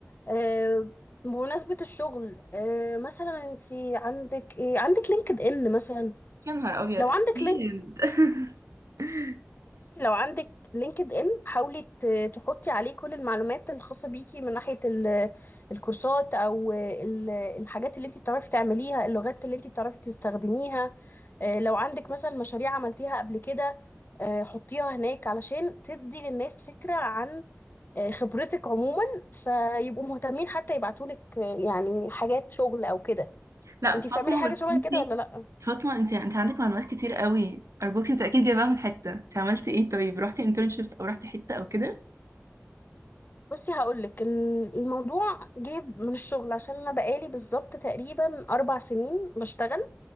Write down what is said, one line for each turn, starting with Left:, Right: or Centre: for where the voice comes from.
Left: آه، بمناسبة الشغل آه، مثلا انت عندك ايه عندك لينكد ان مثلا
Right: يا نهار ابيض
Left: لو عندك
Right: اكيد <laughs>
Left: بصي لو عندك لينكد ان حاولي ت- تحطي عليه كل المعلومات الخاصة بيكي من ناحية ال- الكورسات او ال- الحاجات اللي انت بتعرفي تعمليها اللغات اللي انت بتعرفي تستخدميها آه، لو عندك مثلا مشاريع عملتيها قبل كده آه، حطيها هناك علشان تدي للناس فكرة عن آه، خبرتك عموما فيبقوا مهتمين حتى يبعتولك آه، يعني حاجات شغل او كده
Right: لا
Left: انت
Right: فاطمه
Left: بتعملي حاجة
Right: بس
Left: شبه
Right: انتي
Left: كده ولا لا
Right: فاطمه انتي انت عندك معلومات كتير قوي ارجوك انت اكيد جايباها من حته انت عملتي ايه طيب رحتي انترنشيبس او رحتي حته او كده
Left: بصي هقولك ال- الموضوع جه من الشغل عشان انا بقالي بالظبط تقريبا اربع سنين بشتغل